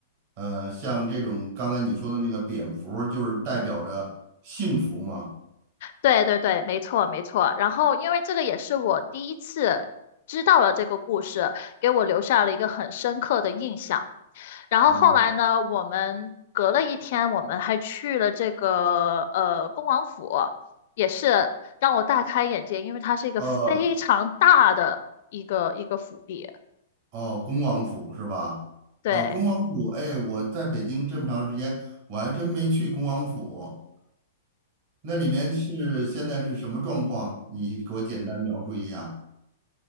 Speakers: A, on the right (about 50°); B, on the left (about 60°).
A: 呃，像这种刚才你说的那个蝙蝠儿就是代表着幸福嘛。
B: 对对对，没错没错。然后因为这个也是我第一次知道了这个故事，给我留下了一个很深刻的印象。然后后来呢，
A: 嗯，
B: 我们隔了一天，我们还去了这个呃恭王府，也是让我大开眼界，因为它是一个非常大的一个一个府邸。
A: 呃，哦，恭王府是吧？
B: 对，
A: 哦，恭王府，哎，我在北京这么长时间，我还真没去恭王府。那里面是现在是什么状况？你给我简单描述一下。